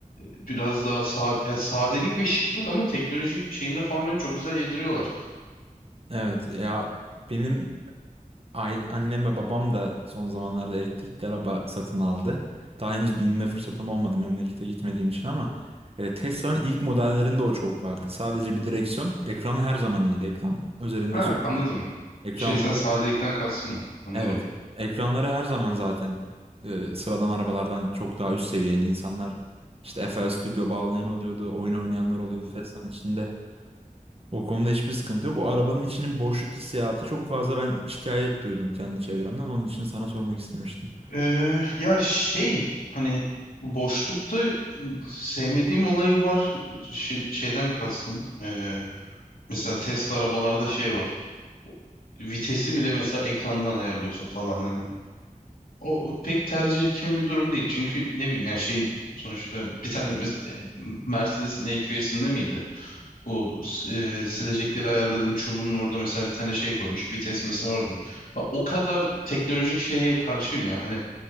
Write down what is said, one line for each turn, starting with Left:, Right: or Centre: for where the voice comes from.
Left: biraz daha sade, ya sadelik ve şıklık ama teknoloji şeyinde falan beni çok güzel yediriyorlar.
Right: Evet ya benim aile, annem ve babam da son zamanlarda elektrikli araba satın aldı. Daha henüz binme fırsatım olmadı memlekete gitmediğim için ama e, Tesla'nın ilk modellerinde o çok vardı. Sadece bir direksiyon, ekranı her zaman iyiydi. Ekran üzerinde
Left: Ha
Right: söylemiyorum.
Left: anladım.
Right: Ekranları
Left: Şey sen sadelikten kastın o. Anladım.
Right: evet. Ekranları her zaman zaten e, sıradan arabalardan çok daha üst seviyeydi. İnsanlar işte FL Studio bağlayan oluyordu, oyun oynayanlar oluyordu Tesla'nın içinde. O konuda hiçbir sıkıntı yok. O arabanın içinin boşluk hissiyatı çok fazla ben şikayet duydum kendi çevremden. Onun için sana sormak istemiştim.
Left: Ee, ya şey hani boşlukta sevmediğim olayı var. Şin- şeyden kastım. Ee, mesela Tesla arabalarda şey var. Vitesi bile mesela ekrandan ayarlıyorsun falan hani. O, o pek tercih edeceğim bir durum değil. Çünkü ne bileyim yani şey sonuçta bir tane mes- e, Mercedes'in EQS'inde miydi? Bu e, silecekleri ayarladığın çubuğun orada mesela bir tane şey koymuş. Vites mesela oradan. Ya o kadar teknolojik şeye karşıyım ya. Hani